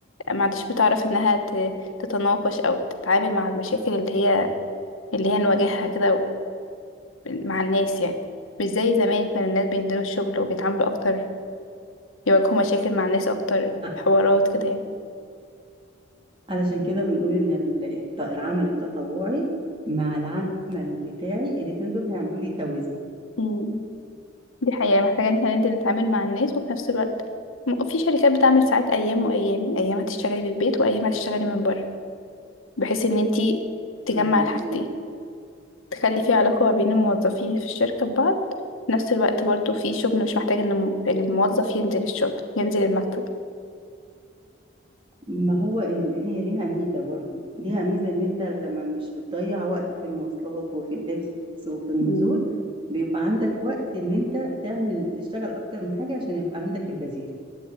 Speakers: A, on the left (about 85°); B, on the right (about 25°).
A: ما عادش بتعرف انها ت... تتناقش او تتعامل مع المشاكل اللي هي اللي هي نواجهها كده و- مع الناس يعني مش زي زمان كان الناس بينزلوا الشغل وبيتعاملوا اكتر يواجهوا مشاكل مع الناس اكتر
B: ع-
A: حوارات كده يعني
B: علشان كده بنقول ان ال- الت- العمل التطوعي مع العمل بتاعي الاتنين دول هيعملوا لي توازن
A: مم. دي حقيقة محتاجة ان احنا ننزل نتعامل مع الناس وفي نفس الوقت م- في شركات بتعمل ساعات ايام وايام ايام هتشتغلي من البيت وايام هتشتغلي من بره بحيث ان انتي تجمع
B: انا موجود
A: الحاجتين تخلي في علاقة ما بين الموظفين في الشركة ببعض في نفس الوقت برضو في شغل مش محتاج ان الم- الموظف ينزل الشغل ينزل المكتب
B: ما هو ال- هي ليها ميزة برضو ليها ميزة ان انت لما مش بتضيع وقت في المواصلات وفي اللبس وفي النزول
A: مم.
B: بيبقى عندك وقت ان انت تعمل تشتغل اكتر من حاجة عشان يبقى عندك البديل